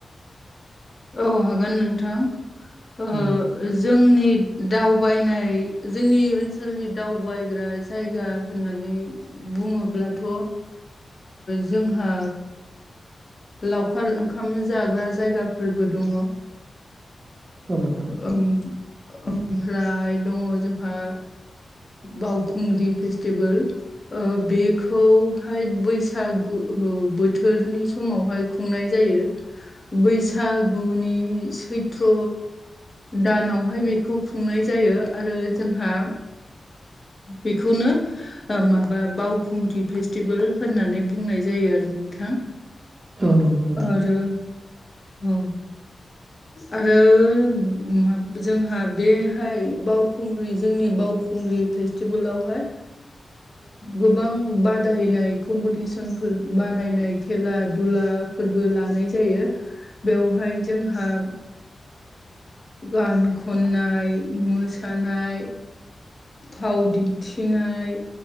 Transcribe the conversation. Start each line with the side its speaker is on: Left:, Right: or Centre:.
Left: औ हागोन नोंथां। ओ
Right: औ
Left: जोंनि दावबायनाय जोंनि ओनसोलनि दावबायग्रा जायगा होननानै बुङोब्लाथ' जोंहा लावखार ओंखाम जाग्रा जायगा। फोरबो दङ
Right: औ नोंथां
Left: ओमफ्राय दङ जोंहा। बावखुंग्रि फेस्टिभेल बेखौहाय बैसागु बोथोरनि समावहाय खुंनाय जायो बैसागुनि सै सथ्र दानावहाय बेखौ खुंनाय जायो आरो जोंहा। बेखौनो माबा बाव फुंग्रि फेस्टिभेल होननानै बुंनाय जायो आरो नोंथां।
Right: औ नंगौ नोंथां
Left: आरो औ। आरो जोंहा बेहाय बावखुंग्रि जोंनि बावखुंग्रि फेस बाय गोबां बादायनाय कम्पिटिसनफोर बादायनाय खेला दुला फोरबो लानाय जायो बेवहाय जोंहा गान खननाय, मोसानाय फाव दिन्थिनाय।